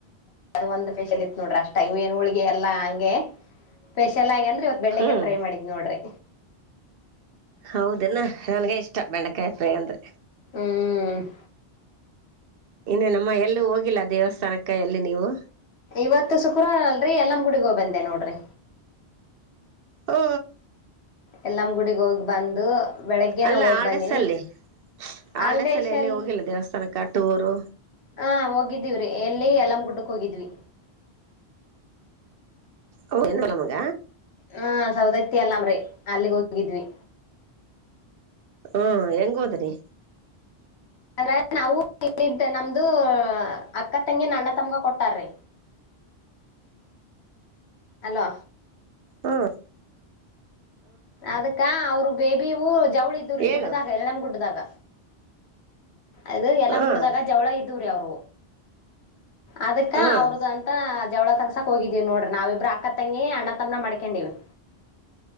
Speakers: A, on the left (about 75°); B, on the right (about 65°).
A: ಅದು ಒಂದು ಫಷಿಯಲ್ ಇತ್ತು ನೋಡ್ರಿ ಅಷ್ಟ ಇವೇನ್ ಹೋಳ್ಗೆ ಎಲ್ಲಾ ಹಂಗೆ ಫೇಷಿಯಲ್ ಆಗಿ ಅಂದ್ರೆ ವತ್ ಬೆಂಡೆ
B: ಹ್ಮ್
A: -ಫ್ರೈ -ಮಾಡಿದ್ ನೋಡ್ರಿ
B: ಹೌದೇನಾ ನನ್ಗೆ ಇಷ್ಟ ಬೆಂಡೆಕಾಯಿ ಪ್ರೈ ಅಂದ್ರೆ
A: ಹ್ಮ್
B: ಇನ್ನೇ ನಮ್ಮ ಎಲ್ಲೂ ಹೋಗಿಲ್ಲ ದೇವಸ್ಥಾನಕ್ಕ ಎಲ್ಲಿ ನೀವು.
A: ಇವತ್ತು ಶುಕ್ರವಾರ ಅಲ್ರರಿ ಎಲ್ಲಂ ಗುಡಿಗ ಹ ಬಂದೆ ನೋಡ್ರಿ
B: ಹಾ
A: ಎಲ್ಲಮ ಗುಡಗ್ ಹೋಗ್ ಬಂದು ಬೆಳಗ್ಗೆ
B: ಅಲ್ಲ
A: ನಾವ ಹೋಗ್
B: ಆಲ್ಡೇಸ್
A: ಬಂದೀನಿ.
B: ಅಲ್ಲಿ
A: ಆಲ್
B: ಆಲ್ಡೇಸ್
A: ದೇಶಲ್-
B: ಅಲ್ಲಿ ಎಲ್ಲಿ ಹೋಗಿಲ್ಲ ದೇವಸ್ಥಾನಕ್ಕ ಟೂರು
A: ಹ -ಹೋಗಿದ್ದೆ ಎಲ್ಲ ಎಲ್ಲಮ್ಮ ಗುಡ್ಕ್ ಹೋಗಿದ್ವಿ.
B: ಹೌದಏಲ ಮಗ
A: ಹಾ ಸವದತ್ತ ಅಲ್ಲಾಮ್ರರಿ ಅಲ್ಲಿಗೆ ಹೋಗಿದ್ವಿ
B: ಹಾ- ಹೆಂಗ ಹೋದ್ರಿ
A: ಅ- ನಾವು ಮತ್ತೆ ನಮ್ದು -ಉ- ಅಕ್ಕ ತಂಗಿ ನನ್ನ ತಮಗ ಕೊಟ್ಟಾರಿ. ಹಲೋ
B: ಹಾ
A: ಅದಕ್ಕ ಅವ್ರ ಬೇಬಿ -ಊ -ಜವಳಿ ಇದವ್ರೀ
B: ಹೇಳು
A: ಗುಡ್ಡದಾಗ ಎಲ್ಲಮ ಗುಡ್ಡದಾಗ. ಅದು ಎಲ್ಲ
B: ಹ್ಮ್
A: ಕುಡ್ದಾಗ ಜವಳ ಇದ್ದವ್ರೀ ಅವರು. ಅದಕ್ಕ
B: ಹ್ಮ್
A: ಅವ್ರ್ದಂತ. ಜವಳ ತ್ಸಕಕ್ ಹೋಗಿದೀವಿ ನೋಡ್ರ ನಾವವುಬ್ ಅಕ್ಕ ತಂಗಿ ಅಣ್ಣ ತಮ್ಮ್ನ ಮಾಡ್ಕೊಂಡಿವವಿ.